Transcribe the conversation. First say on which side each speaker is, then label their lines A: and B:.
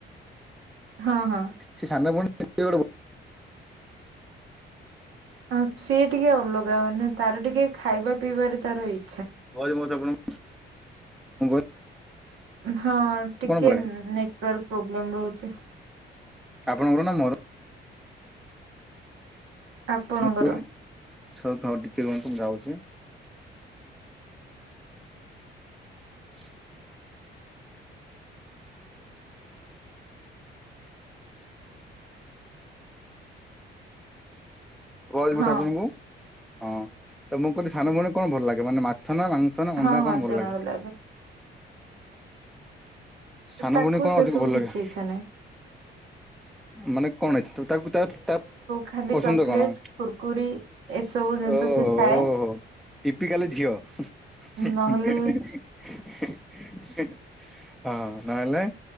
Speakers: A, on the right; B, in the centre.
A: ହଁ ହଁ
B: ସେ ସାନ ଭଉଣୀ <unintelligible> ଗୋଟେ
A: ହଁ ସିଏ ଟିକେ ଅଲଗା ମାନେ ତାର ଟିକେ ଖାଇବା ପିଇବାରେ ତାର ଇ
B: ବହୁତ ମହତ୍ୱପୂର୍ଣ୍ଣ <unintelligible>
A: ହଁ ଟିକେ
B: ଭଲ ଲାଗେ
A: ନେଟୱାର୍କ ପ୍ରୋବ୍ଲେମ ରହୁଛି।
B: ଆପଣଙ୍କର ନା ମୋର।
A: ଆପଣଙ୍କର।
B: ମୁଁ କହିଲି ଥାଉ ଥାଉ ଟିକେ ରୁହନ୍ତୁ ମୁଁ ଯାଉଛି। <inaudible> କହିଲି ମୁଁ
A: ହଁ
B: ତ ଆପଣଙ୍କୁ। ହଁ ତ ମୁଁ କଇଲି ସାନ ଭଉଣୀ କଣ ଭଲ ଲାଗେ ମାନେ ମାଛ ନା ମାଂସ ନା ଅଣ୍ଡା
A: ହଁ ହଁ
B: କଣ ଭଲ
A: ଶୁଣାଗଲା
B: ଲାଗେ?
A: ଏବେ।
B: ସାନ
A: ତାକୁ
B: ଭଉଣୀକୁ କଣ
A: ସେ
B: ଅଧିକ
A: ସବୁ
B: ଭଲ
A: କିଛି
B: ଲାଗେ?
A: ଇଚ୍ଛା ନାହିଁ
B: ମାନେ କଣ ଅଛି ଟୁ ତାକୁ ତା ତା
A: ଖାଲି
B: ପସନ୍ଦ
A: ଚକୋଲେଟ
B: କଣ
A: କୁୁରକୁରି ଏସବୁ ଜିନିଷ
B: ଓହୋଃ
A: ସେ ଖାଏ
B: ତା ଟିପିକାଲ ଝିଅ। ହୁଁ
A: ନହେଲେ
B: ହଁ ନ ହେଲେ।